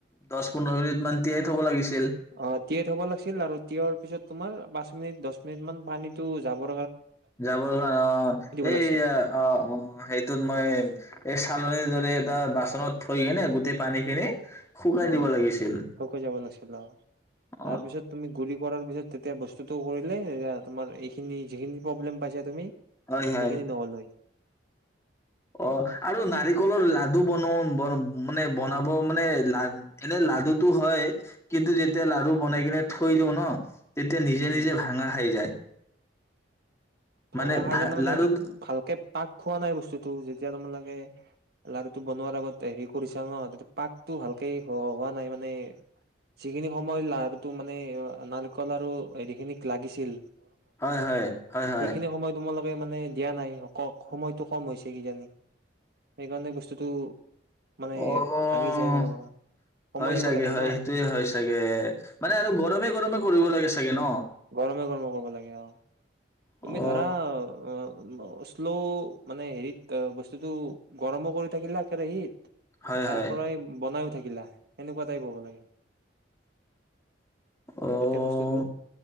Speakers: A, on the left (about 15°); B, on the right (about 55°).
A: দহ পোন্ধৰ মিনিট তিয়াই থব লাগিছিল
B: <unintelligible> তিয়াৰ পিছত তোমাৰ পাঁচ মিনিট দহ মিনিট মান পানীটো যাব
A: যাবলৈ অ', এই
B: লাগিছিল
A: অ', অ', সেইটোত মই এই চালোৱে এটা বাচনত থৈ কিনে গোটেই পানী খিনি শুকাই
B: অ',
A: দিব লাগিছিল
B: শুকাই যাব লাগিছিল অ'। তাৰ
A: অ
B: পিছত তুমি গুড়ি কৰাৰ পিছত তেতিয়া বস্তুটো কৰিলে এয়া তোমাৰ এইখিনি যিখিনি প্ৰব্লেম পাইছা তুমি এইখিনি
A: হয় হয়
B: নহলহৈ।
A: অ', আৰু নাৰিকলৰ লাৰু বনও মানে বনাব মানে এনে লাডুটো হয় কিন্তু যেতিয়া লাৰু বনাই কিনে থৈ লো ন তেতিয়া নিজে
B: উম
A: নিজে ভাঙা খাই যায়।
B: ভাঙা
A: মানে
B: খাই
A: ভা
B: যায় মানে
A: লাডুত
B: সেইটো ভালকে পাক খোৱা নাই বস্তুতটো যেতিয়া তোমাৰালোকে লাৰুটো বনোৱাৰ আগত হেৰি কৰিছা না তেতিয়া পাকটো ভালকে হোৱা নাই মানে যিখিনি সময় লাাৰুটো মানে নাৰিকল লাৰু হেৰিখিনিক লাগিছিল
A: হয়, হয়, হয়। হয়
B: সেইখিন সময় তোমালোক মানে দিয়া নাই সময়তটো কম হৈছে কিজানি। সেইকাৰণে বস্তুটো মানে
A: অ',
B: ভাঙি যায় তোমালোকৰ সময়
A: হয়
B: দিব
A: চাগে
B: লাগে
A: হয়
B: ন
A: সেইটোয়ে হয় চাগে। মানে
B: অ
A: আৰু গৰমে গৰমে কৰিব লাগে চাগে ন
B: গৰমে গৰমে কৰিব লাগে অ।
A: অ
B: তুমি ধৰা অ শ্লো মানে হেৰিত বস্তুতটো গৰমো কৰি থাকিলা কেৰাহীত
A: হয়
B: তাৰ
A: হয়
B: পৰাই বনাই দেখিলা, এনেকুৱা টাইপ হ'ব লাগে
A: অ
B: এতিয়া বস্তুটো